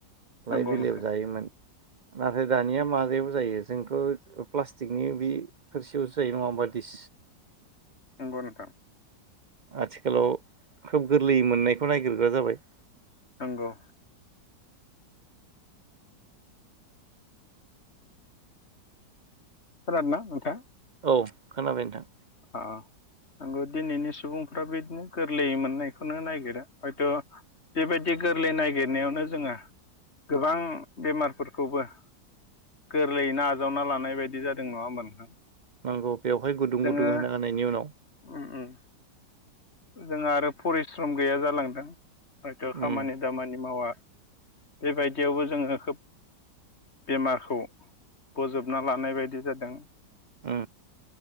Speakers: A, on the left (about 35°); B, on the right (about 65°).
A: नंगौ
B: लाइ बिलायाव
A: नोंथां
B: जायोमोन। नाथाय दानिया माबायाव जायो जोंथ' प्लास्टिकनि बि थोरसियावसो जायो नङा होनबा दिस
A: नोंगौ नोंथां।
B: आथिखालाव खोब गोरलैयै मोननायखौ नायगिरग्रा जाबाय।
A: नोंगौ खोनादो ना नोंथां?
B: औ खोनाबाय नोंथां।
A: आ नोंगौ दिनैनि सुबुंफ्रा बिदिनो गोरलैयै मोननायखौनो नागिरो हयथ' बेबायदि गोरलै नागिरनायावनो जोंङो गोबां बेमारफोरखौबो गोरलैयैनो आजावना लानाय बायदि जादों नङा होमबा नोंथां?
B: नोंगौ बेवहाय गुदुं
A: जोङो
B: गुदुं होनो हानायनि उनाव
A: उम उम ओजों आरो परिस्रम गैया जालांदों हयथ' खामानि
B: उम
A: दामानि मावा। बेबायदियावबो जोङो खोब बेमारखौ बजबना लानाय बायदि जादों।
B: ओ